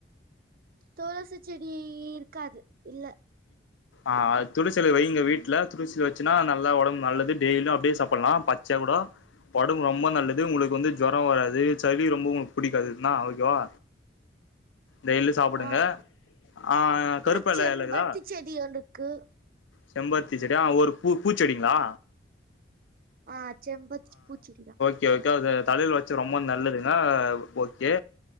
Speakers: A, on the right (about 50°); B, on the left (about 70°).
A: தொளசி செடி இருக்காது இல்ல
B: ஆ துளசில வைங்க வீட்ல துளசி வச்சினா நல்லா ஒடம்புக் நல்லது டெய்லியு அப்டே சாப்பில்லா பச்ச கூடோ ஒடம்புக் ரொம்ப நல்லது உங்ளுக்கு வந்து ஜொர வராது சளி ரொம்ப உங்ளுக் புடிக்காது ண்ணா ஓகேவா டெய்லி சாப்புடுங்க
A: ஆ
B: ஆ
A: அப்றோ
B: கருப்பலை
A: செம்பருத்தி
B: இலக்குதா
A: செடி ஒன்ருக்கு
B: செம்பர்த்தி செடி அ ஒரு பூ பூச்செடிங்ளா
A: ஆ செம்பத்தி பூச்சிடிதா
B: இங்க வெக்காது தலில வச் ச ரொம்ப நல்லதுங்க ஓகே